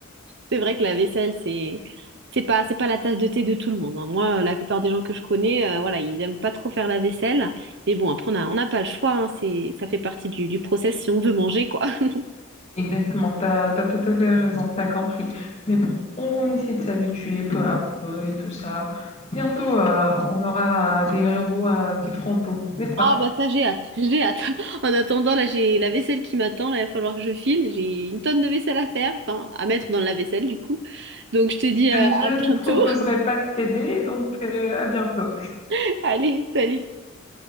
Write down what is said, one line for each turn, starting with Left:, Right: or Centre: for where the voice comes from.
Right: c'est vrai que la vaisselle, c'est c'est pas c'est pas la tasse de thé de tout le monde. hein. Moi, la plupart des gens que je connais, euh, voilà, ils aiment pas trop faire la vaisselle. Mais bon, après, on a, on n'a pas le choix. hein. C'est ça fait partie du, du process si on veut manger, quoi. <laughs>
Left: Exactement. Tu as, tout à fait raison. T'as compris. Mais bon, on essaie de s'habituer peu à peu et tout ça. Bientôt, euh, on aura des robots euh, qui feront tout, n'est-ce pas?
Right: Ah bah ça, j'ai hâte, j'ai hâte. <laughs> En attendant, là, j'ai la vaisselle qui m'attend. Là, il va falloir que je file. J'ai une tonne de vaisselle à faire, enfin à mettre dans la vaisselle du coup. Donc je te dis euh,
Left: Je
Right: à
Left: ne
Right: bientôt.
Left: proposerai pas de t'aider, donc euh, à bientôt.
Right: <laughs> Allez, salut.